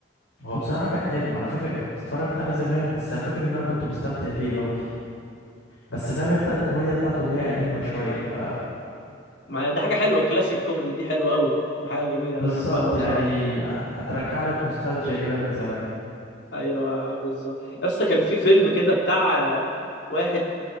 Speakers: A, on the left; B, on the left.
A: هو بصراحة كان حلو أنا فاكر كنت اتفرجت عليه زمان بس أنا فاكر إن أنا كنت مستمتع بيه أوي بس فاهم أنت الكوميديا بتاعته اللي هي قديمة شوية ف
B: ما هي دي حاجه حلوه كلاسيك كوميدي دي حلوه قوي دي حاجه جميله انا
A: بالظبط
B: بحبها قوي
A: يعني
B: صراحه
A: هترجع لك نوستالجيا كده من زمان
B: ايوه بالظبط يا اسطى كان في فيلم كده بتاع آه، واحد